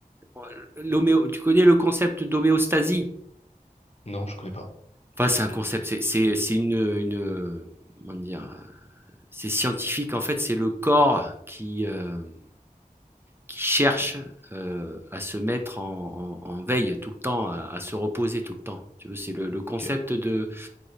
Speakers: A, on the right; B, on the left.
A: oh, l'homéo tu connais le concept d'homéostasie?
B: Non, je connais pas.
A: Enfin c'est un concept, c'est c'est c'est une, une, comment dire? Heu, c'est scientifique en fait, c'est le corps qui, heu qui cherchent euh, à se mettre en, en- en veille tout le temps, à, à se reposer tout le temps. Tu vois, c'est le, le concept
B: Ok.
A: de